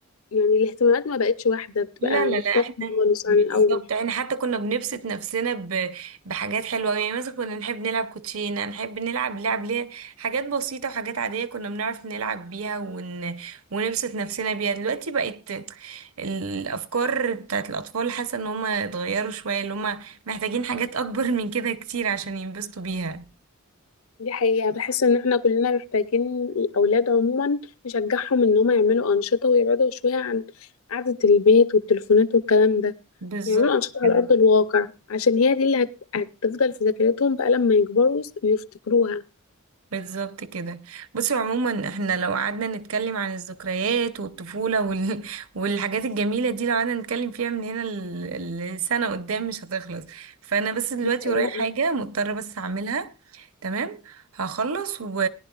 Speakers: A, on the left; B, on the right.
A: يعني الاهتمامات ما بقتش واحده بتبقى
B: لا
A: مختلفه
B: لا لا احنا
A: خالص
B: بالظبط
A: عن الاول
B: احنا حتى كنا بنبسط نفسنا ب... بحاجات حلوة أوي. يعني مثلا كنا نحب نلعب كوتشينة نحب نلعب لعب ليه حاجات بسيطة وحاجات عادية كنا بنعرف نلعب بيها ون... ونبسط نفسنا بيها دلوقتي بقت الأفكار بتاعت الأطفال حاسة ان هما اتغيروا شوية اللي هما محتاجين حاجات أكبر من كده كتير عشان ينبسطوا بيها
A: دي حقيقة بحس ان احنا كلنا محتاجين الاولاد عموما نشجعهم ان هم يعملوا انشطة ويبعدوا شوية عن قعدة البيت والتليفونات والكلام ده
B: بالظبط
A: يعملوا انشطة
B: كده
A: على ارض الواقع عشان هي دي اللي هت... هتفضل في ذاكرتهم بقى لما يكبروا ويس- ويفتكروها
B: بالظبط كده بصي عموما احنا لو قعدنا نتكلم عن الذكريات والطفولة وال... <laughs> والحاجات الجميلة دي لو قعدنا نتكلم فيها من هنا ل- لسنة قدام مش هتخلص فانا بس دلوقتي
A: دي حقيقة
B: ورايا حاجة مضطرة بس اعملها تمام هخلص و...